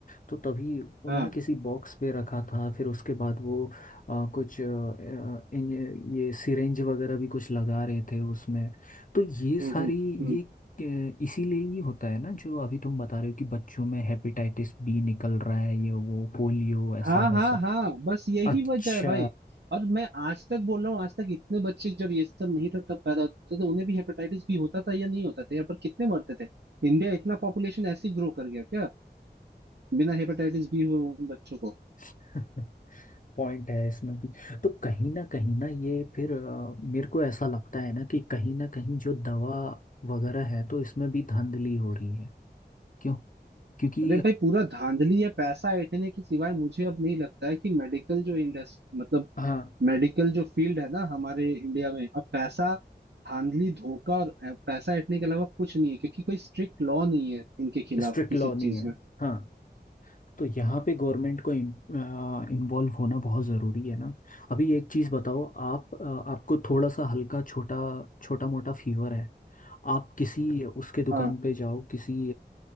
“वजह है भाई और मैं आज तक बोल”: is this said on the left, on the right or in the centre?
Right